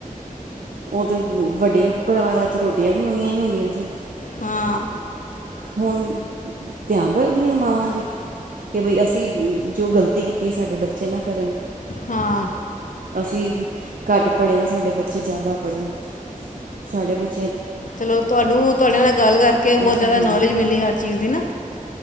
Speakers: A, on the right (about 75°); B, on the left (about 65°).
A: ਉਹ ਤੇ ਵੱਡੇ ਪਰਿਵਾਰਾਂ 'ਚ ਰੋਟੀ- ਰੋਟੀਆਂ ਵੀ ਓਨੀਆ ਹੀ ਹੁੰਦੀਆਂ ਜੇ।
B: ਹਾਂ
A: ਹੁਣ ਧਿਆਨ ਰੱਖਦੀਆਂ ਮਾਵਾਂ ਵੀ ਕਿ ਬਈ ਅਸੀਂ- ਜੋ ਗਲਤੀ ਕੀਤੀ। ਸਾਡੇ ਬੱਚੇ ਨਾ ਕਰਨ।
B: ਹਾਂ
A: ਅਸੀਂ ਘੱਟ ਪੜ੍ਹੇ ਹਾਂ। ਸਾਡੇ ਬੱਚੇ ਜ਼ਿਆਦਾ ਪੜ੍ਹਨ। ਸਾਡੇ ਬੱਚੇ-
B: ਚਲੋ ਤੁਹਾਨੂੰ ਤਾਡੇ ਨਾਲ ਗੱਲ ਕਰਕੇ ਬਹੁਤ
A: ਇਹ
B: ਜ਼ਿਆਦਾ
A: ਤਾਂ ਹੈ
B: ਨੌਲੇਜ-
A: ਨਾ।
B: ਮਿਲੀ ਹਰ ਚੀਜ਼ ਦੀ ਨਾ।